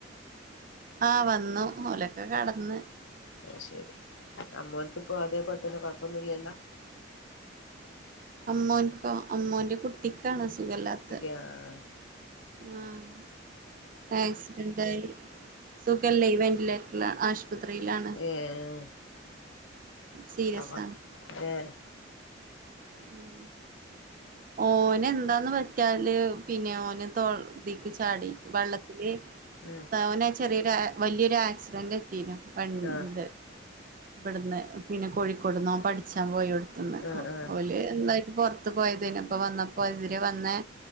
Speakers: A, on the right; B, on the left.
A: ആഹ് വന്നു മൂലക്കെ കടന്ന്
B: അയ് ശരി അമ്മോനക്കിപ്പോ അതേപോലെ തന്നെ കൊഴപ്പൊന്നുംല്ലല്ല
A: അമ്മോൻോ അമ്മോന്റെ കുട്ടിക്കാണ് അഹ് സുഖമല്ലാത്ത
B: ആഹ്
A: ആഹ് ആക്സിഡന്റ് ആയി സുഖല്ല ഇവന്റില ആശുപത്രിയിലാണ്
B: ഏഹ്
A: സീരിയസ്
B: ആഹ് ഏഹ്
A: ഉം ഓന എന്താന്ന് പറ്റാല് പിന്നെ ഓന് തക്ക് ചാടി വെള്ളത്തി
B: ഉം
A: തവന ചെറിയൊരു വലിയൊരു ആക്സിഡന്റ് പറ്റീനു വത്
B: ആ
A: ഇവിടുന്ന് പിന്നെ കോഴിക്കോട്ന്ന പഠിച്ചാൻ പോയി എടുത്തന്ന്
B: ആ ആ
A: എന്തായിട്ട് പുറത്ത് പോയതായിനിപ്പ വന്നപ്പോ എതിരെ വന്നേ